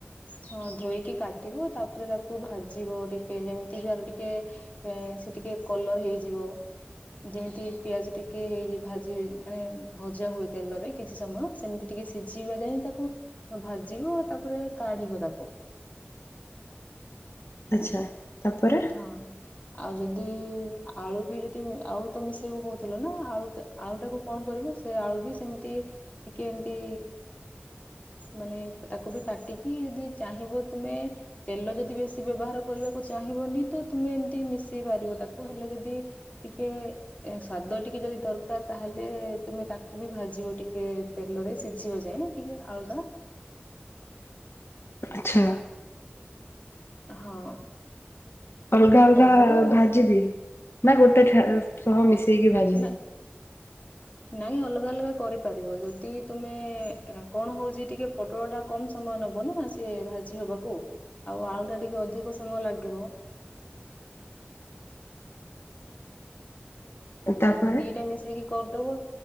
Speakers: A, on the left (about 35°); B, on the left (about 85°).
A: ହଁ ଧୋଇକି କାଟିବ ତାପରେ ତାକୁ ଭାଜିବ ଟିକେ ଯେମିତି ତାର ଟିକେ ଏ ସେ ଟିକେ କଲର ହେଇଯିବ ଯେମିତିକି ପିଆଜ ଟିକେ ହେଇ ଭାଜି ମାନେ ଭଜା ହୁଏ ତେଲରେ କିଛି ସମୟ ସେମିତି ଟିକେ ସିଝିବା ଯାଏ ତାକୁ ଭାଜିବ ତାପରେ କାଢିବ ତାକୁ।
B: ଆଚ୍ଛା। ତାପରେ
A: ହଁ। ଆଉ ଯଦି ଆଳୁ ବି ଯଦି ଆଳୁ ତ ମିଶେଇବ କହୁଥିଲ ନା ଆଳୁ ତ ଆଳୁ ଟାକୁ କଣ କରିବୁ ସେ ଆଳୁ ବି ସେମିତି ଟିକେ ଏମିତି ମାନେ ତାକୁ ବି କାଟିକି ଯଦି ଚାହିଁବ ତୁମେ ତେଲ ଯଦି ବେଶୀ ବ୍ୟବହାର କରିବାକୁ ଚାହିଁବନି ତ ତୁମେ ଏମିତି ମିଶେଇ ପାରିବ ତାକୁ ହେଲେ ଯଦି ଟିକେ ସ୍ବାଦ ଟିକେ ଯଦି ଦରକାର ତାହେଲେ ତମେ ତାକୁ ବି ଭାଜିବ ଟିକେ ତେଲରେ ସିଝିବା ଯାଏଁ ଟିକେ ଆଳୁଟା।
B: ଆଚ୍ଛା।
A: ହଁ।
B: ଅଲଗା ଅଲଗା
A: ତାପରେ
B: ଭାଜିବି ନା ଗୋଟେ ସହ ମିଶେଇକି ଭାଜିବି?
A: ନା ନାଇଁ ଅଲଗା ଅଲଗା କରିପାରିବ। ଯଦି ତୁମେ କଣ ହଉଛି ଟିକେ ପୋଟଳଟା କମ୍ ସମୟ ନବ ନା ସିଏ ଭାଜି ହବାକୁ। ଆଉ ଆଳୁଟା ଟିକେ ଅଧିକ ସମୟ ଲାଗିବ।
B: ତାପରେ
A: ଆଉ ଦିଟା ମିଶେଇକି କରିଦବ